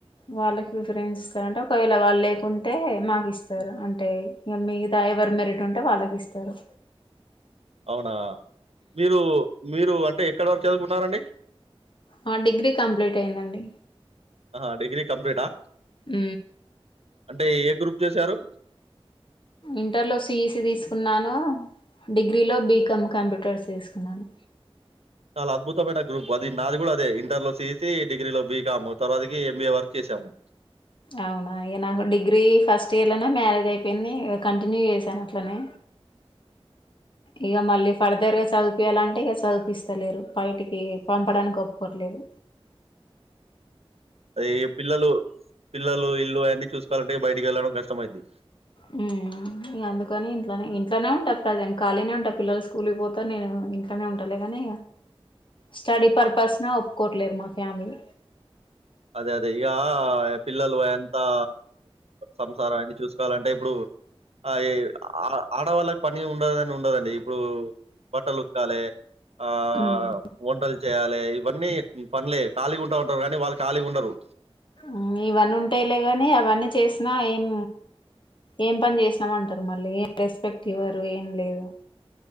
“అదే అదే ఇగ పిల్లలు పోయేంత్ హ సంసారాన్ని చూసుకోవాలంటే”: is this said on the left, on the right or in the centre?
Right